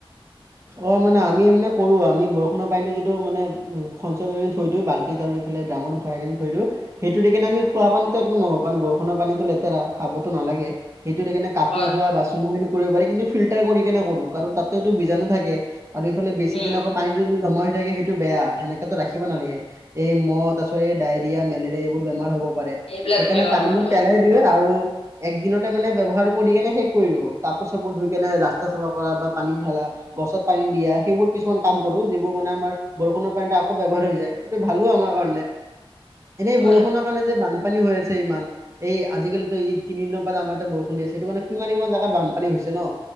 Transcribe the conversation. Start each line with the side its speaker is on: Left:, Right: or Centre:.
Right: অ মানে আমি মানে কৰো আমি বৰষুণৰ পানীটো যিটো মানে সঞ্চয় কৰি থৈ দিওঁ বাল্টি ত আৰু দ্ৰামত ভৰাই কেনে ধৰি দিও সেইটো দি কিনে আমি খোৱা পানীটো একো নকৰো কাৰণ বৰষুণ পানীতো লেতেৰা খাবতো নালাগে। সেইটো দেকাৰনে কাপোৰ
Left: হয়
Right: ধোৱা বাচনখিনি কৰিব পাৰি কিন্তু ফিল্টাৰ কৰি কেনে কৰো কাৰণ তাতেতো বীজাণু থাকে। আৰু এইফালে বেছি
Left: উম
Right: দিন আকৌ পানী যদি জমা হয় সেইটো বেয়া সেনেক তো ৰাখিব নালাগে এই মহ ত আছএই ডায়ৰিয়া মেলেৰিয়া এইবোৰ বেমাৰ হ'ব।
Left: এইবিলাক
Right: সেইকাৰণে
Left: বেমাৰ
Right: পানী
Left: হয়
Right: মই
Left: হয়
Right: পেলাই দিযে আৰু একদিনতে মানে ব্যৱহাৰ কৰি কেনে শেষ কৰি ৰো কাপোৰ চাপোৰ ধুই কেনে ৰাস্তা চাফা কৰা বা পানী ঢালা গছত পানী দিয়া সেইবোৰ কিছুমান কাম কৰো যিবোৰ মানে আমাৰ বৰষুণৰ পানী আকৌ ব ব্যৱহাৰ হৈ যায় সেইটো ভালো আমাৰ কাৰণে এনেই
Left: হয়
Right: বৰষুণৰ কাৰণে যে বানপানী হৈ আছে। ইমান এই আজিকালিতো এই তিনিদিনৰ পৰা আমাৰ ইয়াত বৰষুণ দি আছে সেইটো কাৰণে কিমান কিমান জাগাত বানপানী হৈছে ন‌?